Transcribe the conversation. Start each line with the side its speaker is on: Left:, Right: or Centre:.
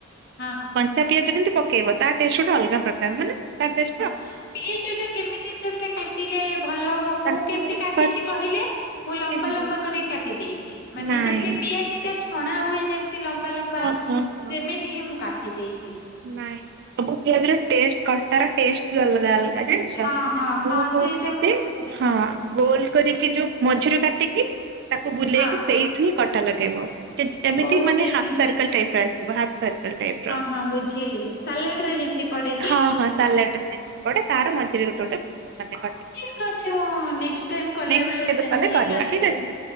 Left: ହଁ ହଁ।
Right: କଞ୍ଚା ପିଆଜ କିନ୍ତୁ ପକେଇବ ତା ଟେଷ୍ଟ ଗୁଟେ ଅଲଗା ପ୍ରକାର। ମାନେ ତା ଟେ
Left: ହଁ ପିଆଜ ଟା କେମିତି ସେ କେ କାଟିଲେ ଭଲ ହବ।
Right: ତାକୁ
Left: ମୁଁ କେମିତି କାଟିଛି
Right: ଫାଷ୍ଟ
Left: କହିଲେ? ମୁଁ ଲମ୍ବା
Right: କେମିତି
Left: ଲମ୍ବା କରି କାଟି ଦେଇଛି ମାନେ
Right: ନାଇଁ
Left: ଯେମିତି ପିଆଜିଟା ଛଣା ହୁଏ ଯେମିତି ଲମ୍ବା ଲମ୍ବା।
Right: ହଁ
Left: ସେମିତି
Right: ହଁ ହଁ
Left: ହିଁ ମୁଁ କାଟି ଦେଇଛି।
Right: ନାଇଁ ସବୁ ପିଆଜ ର ଟେଷ୍ଟ କଟା ଟେଷ୍ଟ ବି ଅଲଗା ଅଲଗା। ଜାଣିଚ!
Left: ହଁ ହଁ
Right: ମୁଁ
Left: ହଁ
Right: କହୁଥିଲି
Left: ସେଇଟା ମୁଁ
Right: ଯେ
Left: ଶୁଣିଛି
Right: ହଁ। ଗୋଲ କରିକି ଯୋଉ ମଝିରେ କାଟିକି ତାକୁ ବୁଲେଇକି
Left: ହଁ
Right: ସେଇଠି ହିଁ କଟା ଲଗେଇବ। ସେ ଯେମିତି
Left: ଓହୋ
Right: ମାନେ
Left: ସେମିତି।
Right: ହାଫ୍ ସର୍କଲ ଟାଇପ ର ଆସିବ ହାଫ୍ ସର୍କଲ ଟାଇପ୍।
Left: ହଁ ହଁ ବୁଝିଲି ସାଲାଟ୍ ରେ ଯେମିତି ପଡେ।
Right: ହଁ ହଁ ସାଲାଟ୍ ରେ ଯେମିତି ପଡେ ତାର ମଝିରେ ଗୋଟେ ଗୋଟେ। ମାନେ
Left: ହଁ,
Right: <inaudible>
Left: ଠିକ ଅଛି ମୁଁ ନେକ୍ସଟ ଟାଇମ କଲା
Right: ନେଷ୍ଟ
Left: ବେଳେ
Right: କେବେ
Left: ସେମିତି
Right: କଲେ
Left: ହିଁ
Right: କହିବ
Left: କାଟିବି
Right: ଠିକ ଅଛି।